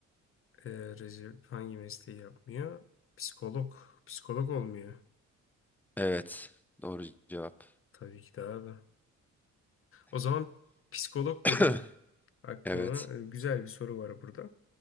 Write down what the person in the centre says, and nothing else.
Evet, doğru cevap.
<coughs>
Evet,